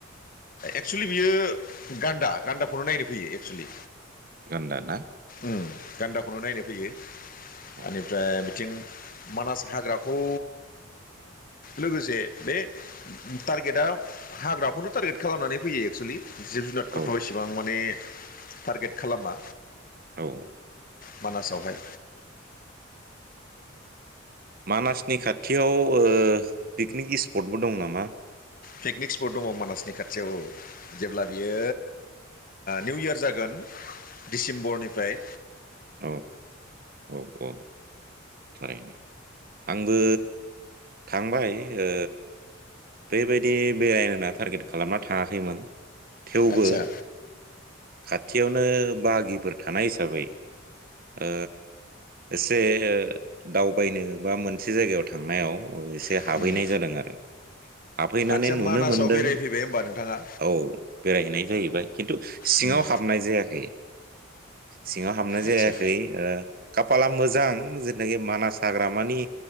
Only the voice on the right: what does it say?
गान्दा ना
औ
औ
औ
मानासनि खाथियाव पिकनिक स्पटबो दं नामा
औ औ औ बाराय आंबो थांबाय ओ बेबायदि बेरायनोना टारगेट खालामना थाङाखैमोन थेवबो
खाथियावनो बागिफोर थानाय हिसाबै ओ एसे दावबायनो बा मोनसे जायगायाव थांनायाव औ एसे
हाबहैनाय जादों आरो हाबफैनानै
नुनो
मोनदों
औ बेरायहैनाय जाहैबाय खिन्थु सिङाव
हाबनाय जायाखै सिङाव हाबनाय
जायाखै खाफाला मोजां जेनाखि मानास हाग्रामानि